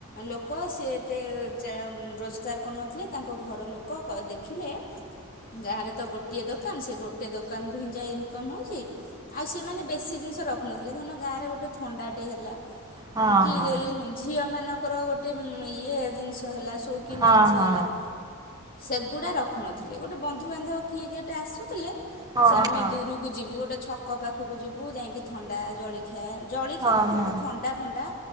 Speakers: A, on the left (about 45°); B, on the right (about 20°).
A: ଲୋକ ସିଏ ଏତେ ରୋଜା ରୋଜଗାର କରୁନଥିଲେ ତାଙ୍କ ଘର ଲୋକ କ ଦେଖିଲେ ଗାଁରେ ତ ଗୋଟିଏ ଦୋକାନ ସେ ଗୋଟେ ଦୋକାନରୁ ହିଁ ଯାଇ ଇନକମ୍ ହଉଚି। ଆଉ ସେମାନେ ବେଶୀ ଜିନିଷ ରଖୁନାହାନ୍ତି। ଲେ ଧନ ଗାଁରେ ଗୋଟେ ଥଣ୍ଡା ଟେ ହେଲା
B: ହଁ
A: କି
B: ହଁ
A: ରେଲ୍‌ ଝିଅ ମାନଙ୍କର ଗୋଟ ଟେ ଇଏ ଜିନିଷ ହେଲା ଶୌକୀନି
B: ହଁ
A: ଜିନିଷ
B: ହଁ
A: ହେଲା ସେଗୁଡା ରଖୁନଥିଲେ ଗୋଟେ ବନ୍ଧୁବାନ୍ଧବ କିଏ ଗେଟେ ଆସୁଥିଲେ
B: ହଁ
A: ସେ ଆମେ
B: ହଁ
A: ଦୂରୁ କୁ ଯିବୁ ଗୋଟେ ଛକ ପାଖକୁ ଯିବୁ ଯାଇଁକି ଥଣ୍ଡା ଜଳିଖିଆ ଜଳିଖିଆ
B: ହଁ
A: ତ ଛାଡ
B: ହଁ
A: ଥନ୍‌ ଥଣ୍ଡା ଫଣ୍ଡା